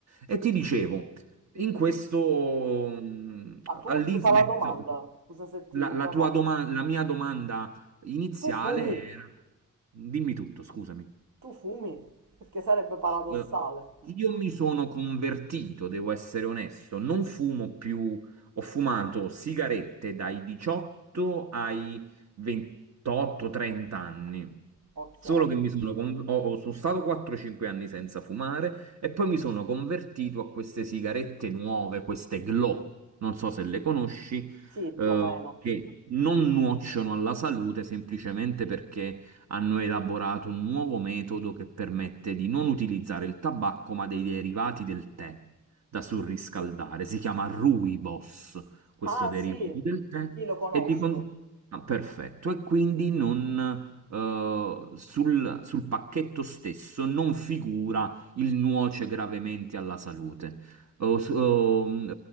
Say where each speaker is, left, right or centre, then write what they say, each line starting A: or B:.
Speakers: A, on the right; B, on the right.
A: E ti dicevo, in questo mm,
B: Ah, tu
A: all'ISMET,
B: scusa la domanda, scusa se ti
A: la,
B: interrompo.
A: la tua doma- la mia domanda iniziale
B: Tu fumi,
A: era, dimmi tutto, scusami.
B: tu fumi, perché sarebbe paradossale.
A: Eh, Io mi sono convertito, devo essere onesto, non fumo più, ho fumato sigarette dai 18 ai 28-30 anni.
B: Ok,
A: Solo che mi sono, con- ho- ho- sono stato 4-5 anni senza fumare e poi mi sono convertito a queste sigarette nuove, queste Glow, non so se le conosci,
B: sì, più
A: eh,
B: o meno.
A: che non nuociono alla salute semplicemente perché hanno elaborato un nuovo metodo che permette di non utilizzare il tabacco, ma dei derivati del tè da surriscaldare. Si chiama rooibos, questo
B: Ah
A: derivato
B: sì,
A: del tè,
B: sì, lo conosco.
A: e di con- ah, perfetto, e quindi non. eh, sul, sul pacchetto stesso non figura il nuoce gravemente alla salute, O- s- o, mm,